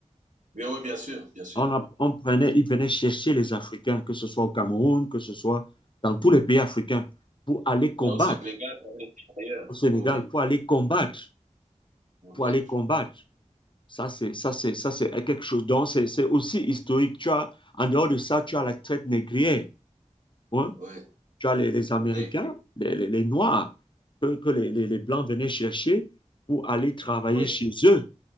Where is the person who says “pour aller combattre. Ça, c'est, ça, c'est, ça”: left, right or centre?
Left